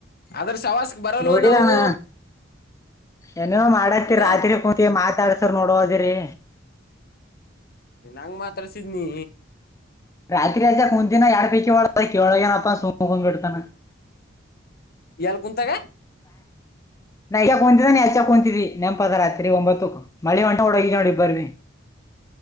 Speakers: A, on the left; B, on the left.
A: ಅದ್ರ ಸವಾಸ್ಕ್ ಬರಲ್ಲ
B: ನೋಡಿದಣ
A: ನಾವು
B: ಏನೋ ಮಾಡತಿ
A: ಏನ
B: ರಾತ್ರಿ ಕುತಿ ಮಾತಾಡ್ಸರ್ ನೋಡದಿರಿ
A: ನಂಗ್ ಮಾತ್ರಸಿದ್ನಿ
B: ರಾತ್ರಿ ಅಸ ಕುಂತಿನ ಎರಡ್ ಪೈಕಿ ಒಳ ಕೇಳಳಗಏನಪ್ಪ ಸುಮಕೊಂಡ್ ಬಿಡ್ತಾನ
A: ಎಲ್ ಕುಂತಾಗ
B: ನಾಕ್ ಕುಂತಿದ್ದ ನೀ ಯಚ್ಚಾಕ್ ಕುಂತಿದ್ದಿ ನೆನಪದ ರತ್ರಿ ಒಂಬತ್ತುಕ್ ಮಳಿ ಒಂಟ ಹಡಗ ನೋಡಿ ಬರ್ವಿ